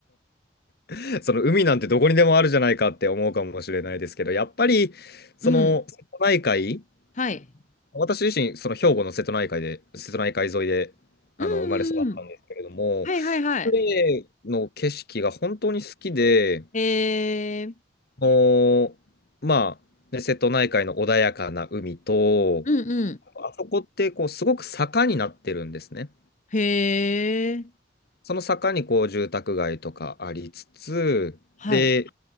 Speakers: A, on the left; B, on the left.
A: <laughs> その海なんてどこにでもあるじゃないかって思うかもしれないですけど、やっぱり、その、
B: うん。
A: 瀬戸内海、
B: はい。
A: 私自身、その兵庫の瀬戸内海で、瀬戸内海沿いで、あの、
B: うん
A: 生まれ育ったんですけれども、
B: うんうん。はいはいはい。
A: 呉の景色が本当に好きで、
B: へー。
A: あのまあ、ね瀬戸内海の穏やかな海と、
B: うんうん。
A: あそこってこうすごく坂になってるんですね。
B: へー。
A: その坂にこう住宅街とかありつつ、
B: はい。
A: で、